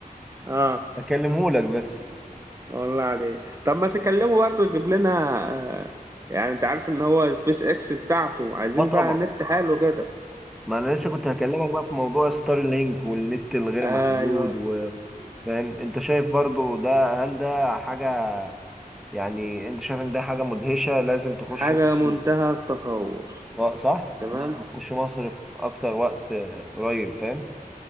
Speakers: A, on the right (about 20°); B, in the centre.
A: آه
B: هكلمهولك بس
A: والله عليك طب ما تكلمه برضه يجيب لنا آه يعني أنت عارف إن هو سبيس إكس بتاعته عايزين
B: اه طبعا
A: بقى نت حلو كده
B: ما انا لسه كنت هكلمك بقى في موضوع ستار لينك والنت الغير
A: أيوه
B: محدود وفاهم انت شايف برضو ده هل ده حاجة يعني انت شايف ان ده حاجة مدهشة لازم تخش
A: حاجة
B: مصر
A: منتهى التطور
B: اه صح
A: تمام
B: لازم تخش مصر في اكتر وقت آه، قريب فاهم